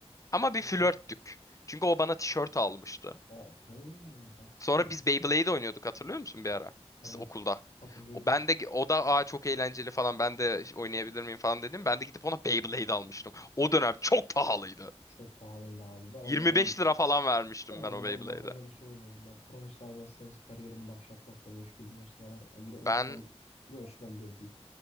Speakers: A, on the left; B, on the left.
A: ama bir
B: Hmm.
A: flörttük. Çünkü o bana tişört almıştı.
B: Aa, oo, baksana.
A: Sonra biz Beyblade oynuyorduk hatırlıyor musun bir ara?
B: Evet.
A: S- Okulda.
B: Hatırlıyorum.
A: O ben de o da aa çok eğlenceli falan ben de oynayabilir miyim falan dedim. Ben de gidip ona Beyblade almıştım. O dönem çok pahalıydı.
B: Çok pahalıydı abi. Ben
A: 25
B: o dönem,
A: lira falan vermiştim
B: ben o
A: ben o
B: dönem
A: Beyblade'e.
B: masa tenisi oynuyordum. Ben profesyonel masa tenisi kariyerimi başlatmakla meşguldüm o sıralar. E, Bir de Osman,
A: Ben
B: bir de Osman dövdü.